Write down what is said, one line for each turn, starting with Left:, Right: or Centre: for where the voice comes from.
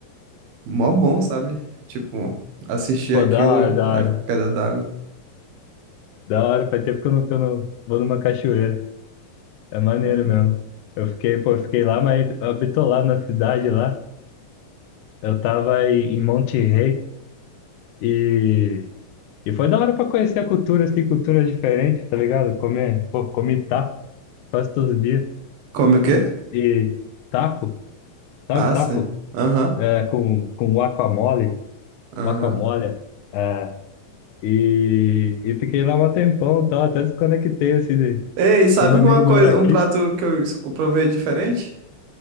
Right: mó bom, sabe? Tipo, assistir
Left: Pô,
Right: aquilo,
Left: da hora, da
Right: a
Left: hora.
Right: queda d'água.
Left: Da hora. Faz tempo que eu não, que eu não vou numa cachoeira. É maneiro
Right: Uhum.
Left: mesmo. Eu fiquei, pô, eu fiquei lá, mas bitolado na cidade lá. Eu tava em em Monte Rei e, e foi da hora pra conhecer a cultura, assim, cultura diferente, tá ligado? Comer, pô, comi taco quase todo dia.
Right: Come o quê?
Left: E taco, sabe
Right: Ah,
Left: taco?
Right: sim. Aham,
Left: É, com, com guacamole,
Right: aham.
Left: guacamole. É, e, e fiquei lá um tempão, tá? Até desconectei, assim, de-
Right: Ei, sabe
Left: dos amigos
Right: uma coisa,
Left: meus daqui.
Right: um prato que eu es- provei diferente?